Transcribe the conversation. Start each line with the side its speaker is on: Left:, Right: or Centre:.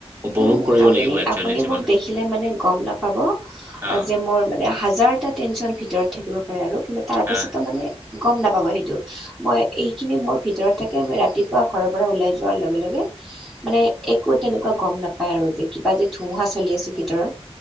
Right: উপভোগ
Centre: উম'
Right: কৰিব
Centre: আপুনি
Right: লাগিব একচুৱেলি
Centre: আপুনি
Right: জীৱন।
Centre: মোক দেখিলে মানে গম নাপাব
Right: অ',
Centre: যে মোৰ মানে- হাজাৰটা টেনচন ভিতৰত থাকিব পাৰে আৰু, কিন্তু তাৰ পাছতো
Right: অ'।
Centre: মানে গম নাপাব সেইটো। মই এইখিনি মোৰ ভিতৰত থাকে মই ৰাতিপুৱা ঘৰৰ পৰা ওলাই যোৱাৰ লগে লগে মানে- একো তেনেকুৱা গ'ম নাপায় আৰু যে- কিবা যে ধুমুহা চলি আছে ভিতৰত